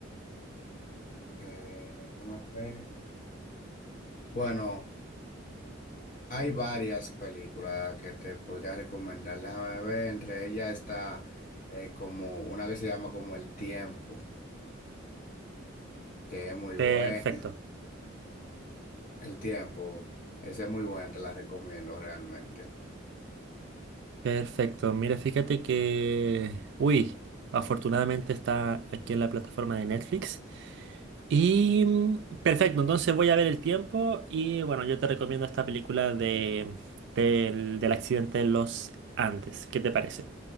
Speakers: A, on the left (about 40°); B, on the right (about 60°).
A: eh, déjame ver. Bueno, hay varias películas que te podría recomendar. Déjame ver, entre ellas está eh, como una que se llama como El Tiempo, que es muy
B: Perfecto.
A: buena. El Tiempo, esa es muy buena, te la recomiendo realmente.
B: Perfecto. Mira, fíjate que, uy, afortunadamente está aquí en la plataforma de Netflix. Y mm, perfecto, entonces voy a ver el tiempo y bueno, yo te recomiendo esta película de, del, del accidente de los Andes. ¿Qué te parece?